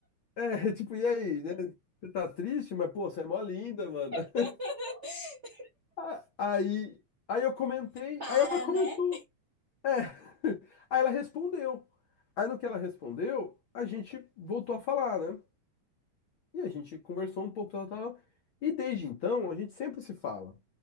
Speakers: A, on the left; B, on the right.
A: É, <laughs> tipo, e aí, né? Você tá triste, mas pô, você é mó linda, mano. <laughs>
B: <laughs>
A: Ah, Aí, aí eu comentei,
B: Para,
A: aí ela comentou.
B: né?
A: É. <laughs> Aí ela respondeu. Aí no que ela respondeu, a gente voltou a falar, né? E a gente conversou um pouco, tal, tal. E desde então, a gente sempre se fala,